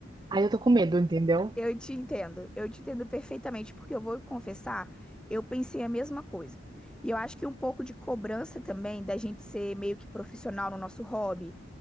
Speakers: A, on the right (about 20°); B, in the centre.
A: Aí eu tô com medo, entendeu?
B: Eu te entendo, eu te entendo perfeitamente, porque eu vou confessar, eu pensei a mesma coisa. E eu acho que um pouco de cobrança também da gente ser meio que profissional no nosso hobby,